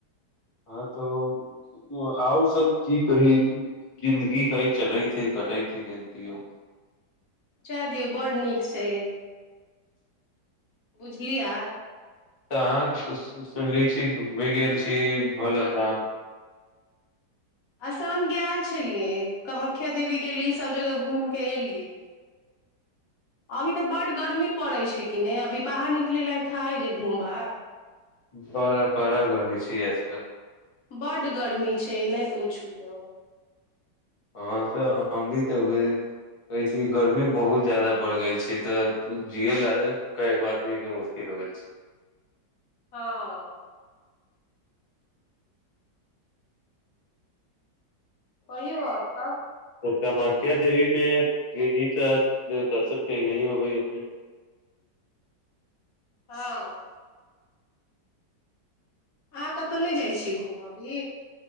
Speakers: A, on the left; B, on the left.
A: हँ तो आओर सब की कही जिन्दगी हइ चलय छै कटय छै कैसियो
B: जय दिऔ बड नीक छै बुझलियै
A: तऽ अहाँक सुनली छी घु भि गेल छी भल राम
B: आसाम गेलल छलियै कामाख्या देवी गेलियै सभ जगह घूमि कऽ एलियै अभी तऽ बड गर्मी पड़ैत छै कि ने अ अभी बाहर निकले लायक है जे घूमबै
A: बड़ा बड़ा गर्मी छै आजकल
B: बड्ड गर्मी छै नहि पुछु तऽ
A: हँ तऽ हम भी तऽ उ कहै छी गर्मी बहुत ज्यादा बढ़ गेल छै तऽ जिय लऽ कऽ गो आदमी के मुश्किल हो गेल छै
B: हँ कहियौ आओर सब
A: कमाख्या देवी मे गेली तऽ दर्शन की न होबै अपने
B: हँ अहाँ कतहु नहि जाइ छी घूम अभी